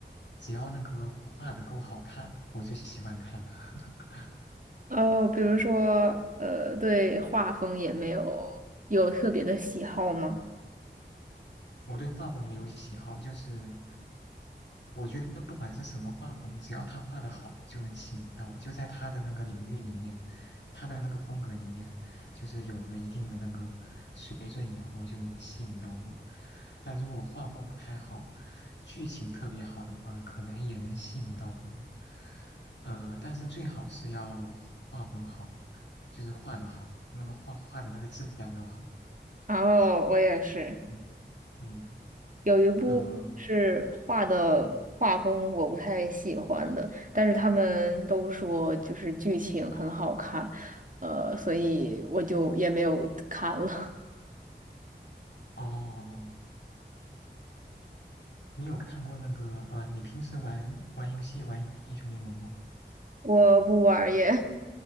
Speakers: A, on the left; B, on the right.
A: 只要那个画的够好看，我就喜欢看。<laughs>
B: 哦，比如说，呃，对画风也没有有特别的喜好吗？
A: 我对画风没有喜好，就是我觉得不管是什么画风，只要他画的好，就能吸引到我，就在他的那个领域里面，他的那个风格里面，就是有了一定的那个没准以后就能吸引到我。但如果画风不太好，剧情特别好的话，可能也能吸引到我。呃，但是最好是要画风好，就是画的好，那个画画的那个质量要好。
B: 哦，我也是，
A: 嗯嗯
B: 有一部是画的画风我不太喜欢的，
A: 呃
B: 但是他们都说就是剧情很好看，呃，所以我就也没有看了。
A: 哦，你有看过那个呃，你平时玩玩游戏玩英雄联盟吗？
B: <laughs> 我不玩儿耶。